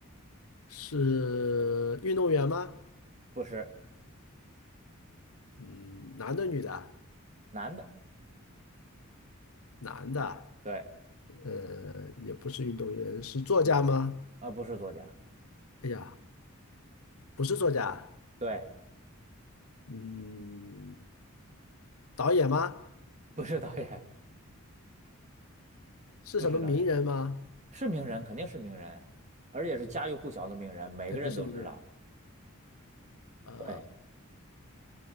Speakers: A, on the left; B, on the right.
A: 是运动员吗？
B: 不是
A: 嗯，男的女的啊？
B: 男的，
A: 男的。
B: 对，
A: 呃，也不是运动员，是作家吗？
B: 不是，呃，不是作家，
A: 哎呀，不是作家，
B: 对。
A: 嗯，导演吗？
B: 不是导演，
A: 是什么名人吗？
B: 不是导演，是名人，肯定是名人，而且是家喻户晓的名人，每个人都知道。
A: 肯定是名人，呃，
B: 对